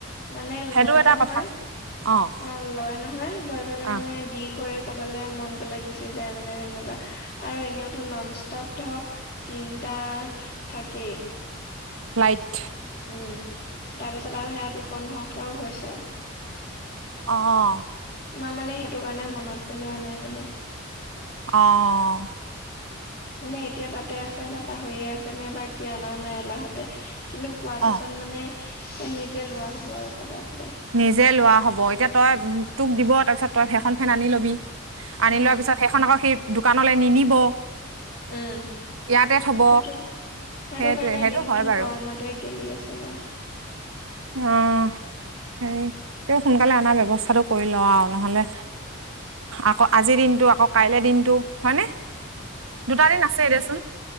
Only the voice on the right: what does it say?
সেইটো
এটা
কথা অ'
অ
লাইট
আহ।
অ'।
অ
নিজে লোৱা হ'ব এতিয়া তই তোক দিব তাৰপিছত তই ফেইখন ফেন আনি ল'বি। আনি
লোৱাৰ পিছত সেইখন আকৌ সেই দোকানলৈ নিনব।
ইয়াতে থব
সেইটোৱে
সেইটো
হয় বাৰু।
অ'। সেই তেওঁ সোনকালে অনাৰ ব্য্ৱস্থাটো কৰি ল আৰু নহ'লে আকৌ আজিৰ দিনতটো আকৌ কাইলে দিনত হয়নে দুটা দিন আছে দেচোন।